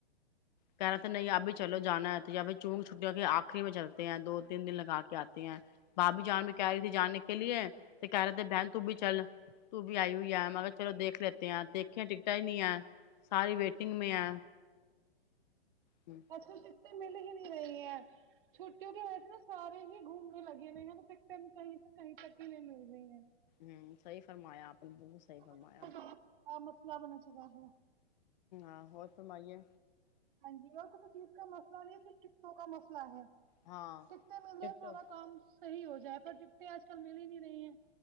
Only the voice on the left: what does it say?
کہہ رہے تھے نہیں ابھی چلو جانا ہے تو یہبھی چونگ چھٹٹییاں کے آخری میں چلتے ہیں دو تین دن لگا کے آتے ہیں بابھی جان میں کہہ آ رہی تھی جاننے کے لیے تو کہہ رہے تھے بہن ت بھی چل ت بھی آئی ہوئی مگر چلو دیکھ لیتے آ تیکھیں ٹکٹا ہی نہیں آ ساری ویٹنگ میں ہے ہوں
ہوں صحی فرمایا آپ بو صحی فرمایا
آ رمائیے
ہاں
ایک
تو